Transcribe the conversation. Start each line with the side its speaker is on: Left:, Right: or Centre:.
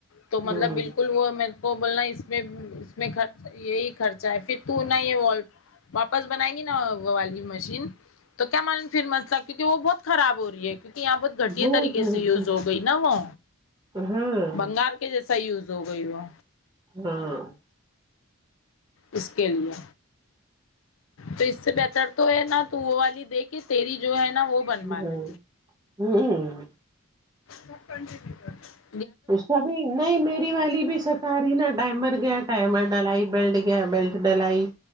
Left: تو مطلب
Right: ہوں
Left: بالکل وہ کو بولنا اس اس میں یہی خرچہ ہے پھر تو نہا یہ واپس بنائے گی نا وہ والی مشین تو کیا معلوم پھر مسئلہ کیونکہ وہ بہت خراب ہو رہی ہے کیونکہ یہاں بہت گھٹے
Right: وہ
Left: طریقے
Right: تو-
Left: سے یوز ہو گئی نا وہ
Right: ہاں
Left: بنگال کہ جیسا یوز ہو گئی وہ
Right: ہاں
Left: اس کے لیے تو اس سے بہتر تو ہے نا تو وہ والی دیکھ کے تیری جو ہے نا وہ بنوا
Right: ہمم
Left: لے
Right: ہمم
Left: گو کنٹونوں کر
Right: اس کا بھی نہیں میری والی بھی ستا رہی نا ٹائمل مر گیا ٹائمل ڈلائی بیلٹ گیا بیلٹ ڈلائی